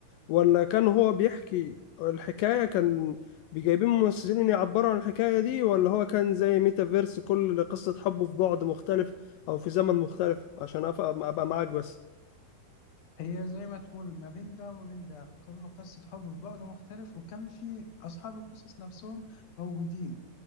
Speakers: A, on the left; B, on the left.
A: ولا كان هو بيحكي الحكاية كان بيجايبين ممثلين يعبروا عن الحكاية دي ولا هو كان زي ميتافيرس كل قصة حبه في بعد مختلف أو في زمن مختلف عشان أف- أبقى معاك بس
B: هي زي ما تقول ما بين ده وما بين ده كل قصة حب في بعض مختلف وكان في أصحاب القصص نفسهم موجودين